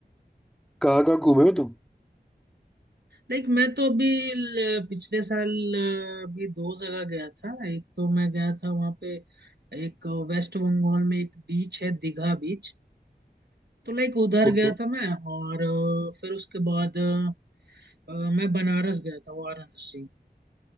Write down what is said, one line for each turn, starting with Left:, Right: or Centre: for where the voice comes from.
Centre: कहाँ कहाँ घूमे हो तुम
Right: लाइक मैं तो अभी ल- पिछले साल अ, भी दो जगह गया था एक तो मैं गया था वहां पे एक वेस्ट बंगाल में एक बीच है दीघा बीच तो लाइक उधर
Centre: ओके
Right: गया था मैं और अ, फिर उसके बाद अ, अ, मैं बनारस गया था वाराणसी